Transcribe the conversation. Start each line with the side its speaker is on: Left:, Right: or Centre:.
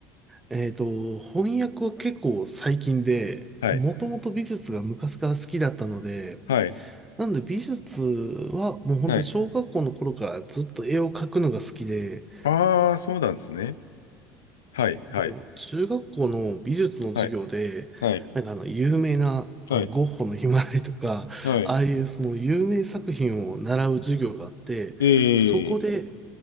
Right: えっと、翻訳は結構最近で、
Left: はい。
Right: もともと美術が昔から好きだったので、
Left: はい。
Right: なので美術はもう本当に小学校の頃からずっと絵を描くのが好きで、
Left: はい。ああ、そうなんですね。はい。はい。
Right: であの中学校の美術の授業で、
Left: はい。はい
Right: なんかあの有名なあのゴッホのひまわりとか、
Left: はい。はい。
Right: ああいうその有名作品を習う授業があって、
Left: ええ
Right: そこで、